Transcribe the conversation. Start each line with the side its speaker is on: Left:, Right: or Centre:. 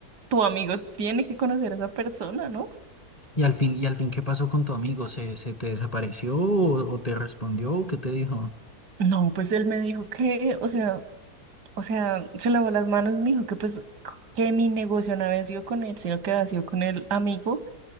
Right: tu amigo tiene que conocer a esa persona, ¿no?
Left: y al fin, y al fin, ¿qué pasó con tu amigo? ¿Se, se te desapareció o, o te respondió o qué te dijo?
Right: No, pues él me dijo que, o sea, O sea, se lavó las manos, y me dijo que pues c- que mi negocio no había sido con él, sino que había sido con el amigo,